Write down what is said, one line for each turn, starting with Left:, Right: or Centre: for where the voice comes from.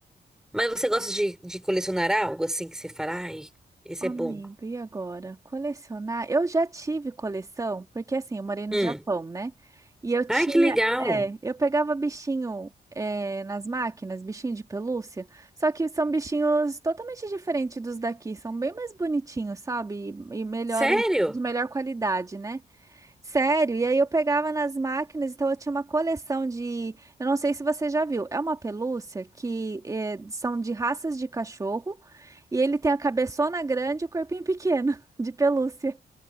Centre: Mas você gosta de, de colecionar algo, assim, que você fala, ai, esse
Right: Amiga,
Centre: é bom.
Right: e agora? Colecionar? Eu já tive coleção, porque assim, eu morei no
Centre: Hum.
Right: Japão, né? E eu tinha,
Centre: Ai, que legal.
Right: é, eu pegava bichinho, é, nas máquinas, bichinho de pelúcia, só que são bichinhos totalmente diferentes dos daqui, são bem mais bonitinhos, sabe? E, e melhores,
Centre: Sério?
Right: de melhor qualidade, né? Sério, e aí eu pegava nas máquinas, então eu tinha uma coleção de. Eu não sei se você já viu, é uma pelúcia que eh, são de raças de cachorro e ele tem a cabeçona grande e o corpinho pequeno <laughs> de pelúcia.